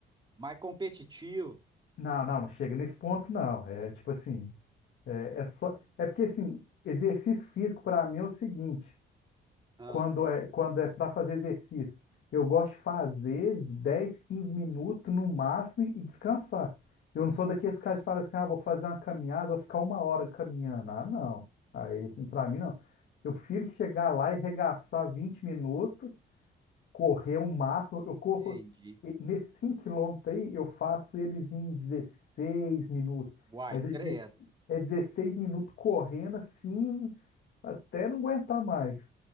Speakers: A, on the right; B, on the left.
A: mais competitivo.
B: Não, não, não chega nesse ponto, não. É tipo assim, é, é só. É porque, assim, exercício físico para mim é o seguinte.
A: Ah,
B: quando é quando é para fazer exercício. Eu gosto de fazer 10 15 minutos no máximo e descansar. Eu não sou daqueles caras que falam assim, ah, vou fazer uma caminhada, vou ficar uma hora caminhando. Ah, não. Aí, para mim, não. Eu prefiro chegar lá e regaçar 20 minutos, correr o máximo. Eu corro,
A: entendi.
B: e- nesses 5 quilômetros aí, eu faço eles em 16 minutos.
A: Uai,
B: Mas é
A: credo.
B: 16, é 16 minutos correndo assim, até não aguentar mais.